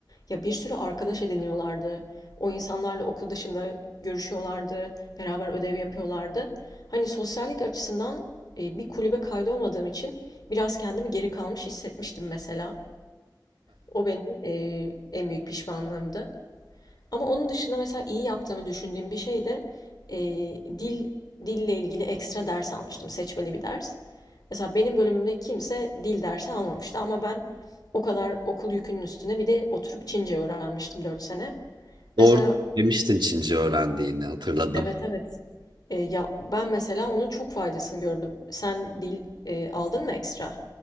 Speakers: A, on the left; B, on the right.
A: ya bir sürü arkadaş ediniyorlardı. O insanlarla okul dışında görüşüyorlardı, beraber ödev yapıyorlardı. Hani sosyallik açısından e, bir kulübe kaydolmadığım için biraz kendimi geri kalmış hissetmiştim mesela. O benim e, en büyük pişmanlığımdı. Ama onun dışında mesela iyi yaptığımı düşündüğüm bir şey de e, dil dille ilgili ekstra ders almıştım. Seçmeli bir ders. Mesela benim bölümümde kimse dil dersi almamıştı ama ben o kadar okul yükünün üstüne bir de oturup Çince öğrenmiştim 4 sene. Mesela
B: Doğru demiştin Çince öğrendiğini hatırladım.
A: evet evet. E, ya ben mesela onun çok faydasını gördüm. Sen dil e, aldın mı ekstra?